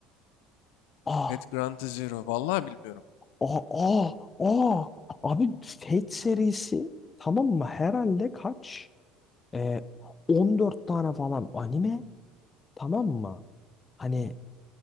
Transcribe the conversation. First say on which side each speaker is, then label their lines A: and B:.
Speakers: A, on the left; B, on the left.
A: Ah,
B: Pet Grand Zero. Vallahi bilmiyorum.
A: ah, ah, ah. Abi Fate serisi tamam mı? Herhalde kaç? Ee, 14 tane falan anime tamam mı? Hani